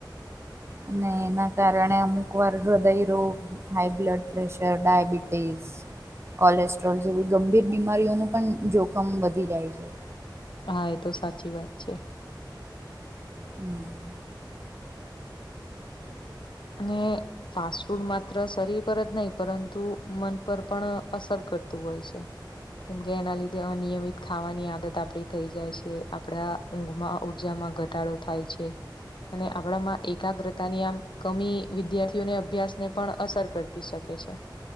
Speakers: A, on the right (about 35°); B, on the left (about 80°).
A: અને એના કારણે અમુકવાર હૃદય રોગ હાઈબ્લડ પ્રેશર, ડાયાબિટીઝ કોલેસ્ટ્રોલ જેવી ગંભીર બીમારીઓનું પણ જોખમ વધી જાય છે.
B: હા, એ તો સાચી વાત છે.
A: હમ્મ.
B: અને ફાસ્ટફૂડ માત્ર શરીર પર જ નહીં પરંતુ મન પર પણ અસર કરતું હોય છે. કેમ કે એના લીધે અનિયમિત ખાવાની આદત આપડી થઈ જાય છે. આપડા ઊંઘમાં ઉર્જામાં ઘટાડો થાય છે. અને આપણામાં એકાગ્રતાની આમ કમી વિદ્યાર્થીઓને અભ્યાસને પણ અસર કરતી શકે છે.